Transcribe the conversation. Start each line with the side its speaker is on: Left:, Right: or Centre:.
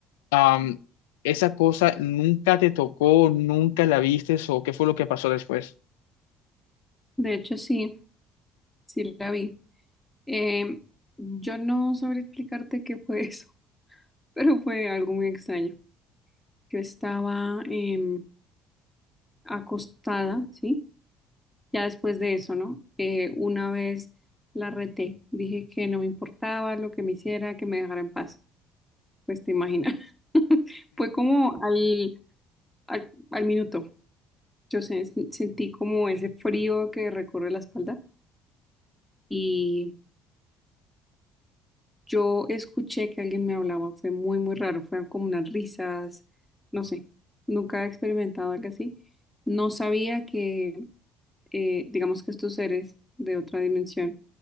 Left: am, ¿esa cosa nunca te tocó, nunca la viste o qué fue lo que pasó después?
Centre: De hecho, sí, sí la vi. Em, yo no sabré explicarte qué fue <laughs> eso. pero fue algo muy extraño. Yo estaba em, acostada, ¿sí? Ya después de eso, ¿no? Eh, una vez la reté, dije que no me importaba lo que me hiciera, que me dejara en paz. Pues te imaginas. <laughs> Fue como al, al, al minuto. Yo se- sentí como ese frío que recorre la espalda y yo escuché que alguien me hablaba. Fue muy, muy raro. Fueron como unas risas, no sé. Nunca he experimentado algo así. No sabía que eh, digamos que estos seres de otra dimensión